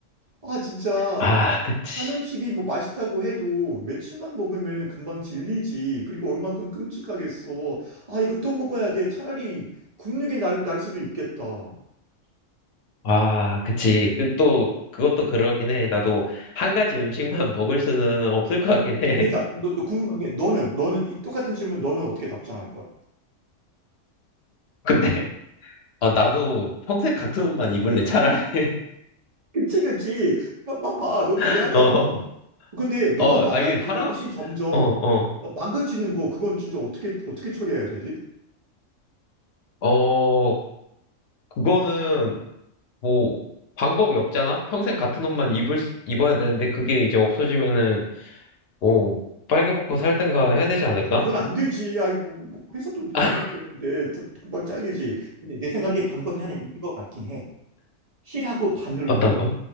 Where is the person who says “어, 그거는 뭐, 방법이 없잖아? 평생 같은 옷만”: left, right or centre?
Left